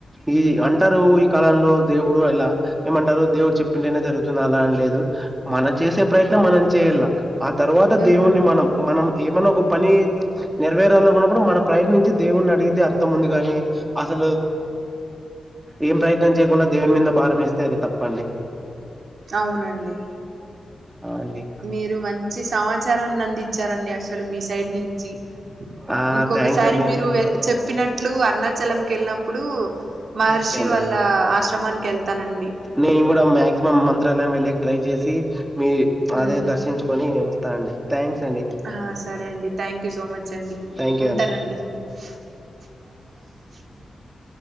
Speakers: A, on the right; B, on the right.
A: ఈ అంటారు ఈ కాలంలో దేవుడు ఇలా ఏమంటారు దేవుడు చెప్పింటేనే జరుగుతుంది అలా అని లేదు మనం చేసే ప్రయత్నం మనం చేయాలా ఆ తర్వాత
B: ఉమ్
A: దేవుణ్ణి మనం మనం ఏమైన్నా ఒక పని నెరవేరాల ఉన్నప్పుడు మన ప్రయత్నించి దేవుని అడిగితే అర్థం ఉంది గాని అసలు ఏం ప్రయత్నం చేయకుండా దేవుని మీద భారం యేస్తే అది తప్పండి
B: అవునండి
A: ఆ అండి
B: మీరు మంచి సమాచారాన్ని అందించారండి అసలు మీ సైడ్ నుంచి
A: ఆ
B: ఇంకొకసారి
A: థ్యాంక్స్ అండి
B: మీరు చెప్పినట్లు అరుణాచలం కెళ్ళినప్పుడు మహర్షి
A: ఓకే అండి
B: వాళ్ళ ఆశ్రమానికి వెళ్తానండి
A: నేను కూడా మాక్సిమం మంత్రాలయం వెళ్ళకి ట్రై చేసి మీ
B: ఉమ్
A: అదే దర్శించుకొని వస్తానండి థ్యాంక్స్ అండి
B: ఆ సరే అండి థ్యాంక్ యూ సో మచ్ అండి
A: థ్యాంక్ యూ
B: ఉంటానండి
A: అండి
B: అాల సూ మ <unintelligible>